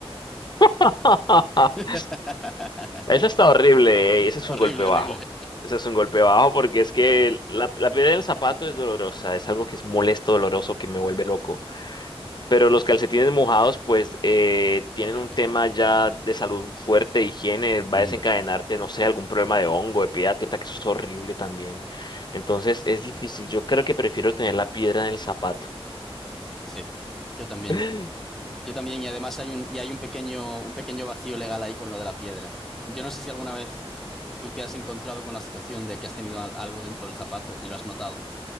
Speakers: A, on the left; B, in the centre.
A: <laughs>
B: <laughs>
A: Eso está horrible, eh, Ese
B: Horrible,
A: es un golpe bajo.
B: horrible.
A: Ese es un golpe bajo porque es que la, la piedra del zapato es dolorosa, es algo que es molesto, doloroso, que me vuelve loco. Pero los calcetines mojados, pues, eh, tienen
B: Horrible.
A: un tema ya de salud fuerte, higiene, va
B: Ujú,
A: a desencadenarte, no sé, algún problema de hongo, de piedra, atleta, que eso es horrible también. Entonces es difícil. Yo creo que prefiero tener la piedra en el zapato.
B: Sí, yo también.
A: <laughs>
B: Yo también, y además hay un, y hay un pequeño, un pequeño vacío legal ahí con lo de la piedra. Yo no sé si alguna vez tú te has encontrado con la situación de que has tenido al- algo dentro del zapato y lo has notado.